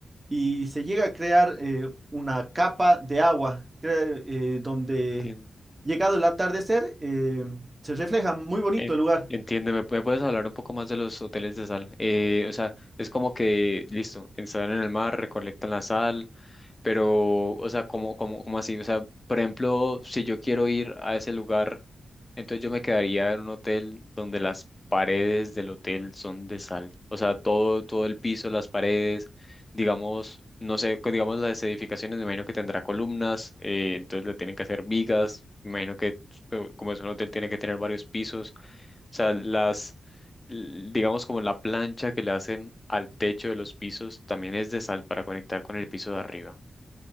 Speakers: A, on the right (about 25°); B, on the left (about 20°).
A: y se llega a crear eh, una capa de agua cre- eh, donde,
B: Entiendo.
A: llegado el atardecer, eh, se refleja muy bonito
B: En-
A: el lugar.
B: Entiendo, ¿me me puedes hablar un poco más de los hoteles de sal? Eh, o sea, es como que, listo, instalan en el mar, recolectan la sal, pero, o sea, ¿cómo, cómo, cómo así? O sea, por ejemplo, si yo quiero ir a ese lugar, entonces yo me quedaría en un hotel donde las paredes del hotel son de sal. O sea, todo, todo el piso, las paredes, digamos, no sé, que digamos las edificaciones, me imagino que tendrá columnas, eh, entonces le tienen que hacer vigas, me imagino que co- como es un hotel tiene que tener varios pisos. O sea, las, l- digamos como la plancha que le hacen al techo de los pisos también es de sal para conectar con el piso de arriba.